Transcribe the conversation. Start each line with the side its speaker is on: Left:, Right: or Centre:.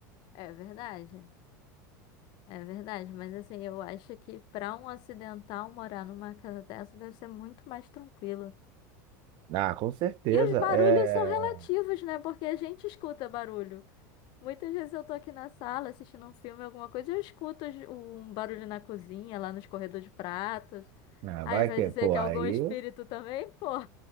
Left: É verdade. É verdade. Mas assim, eu acho que pra um ocidental morar numa casa dessa deve ser muito mais tranquilo.
Right: Ah, com certeza.
Left: E os barulhos
Right: É,
Left: são relativos, né? Porque a gente escuta barulho. Muitas vezes eu tô aqui na sala assistindo um filme, alguma coisa, e eu escuto os- um barulho na cozinha, lá nos corredores de pratos.
Right: ah,
Left: Aí
Right: vai
Left: vai
Right: que,
Left: dizer
Right: pô,
Left: que
Right: aí,
Left: é algum espírito também, pô.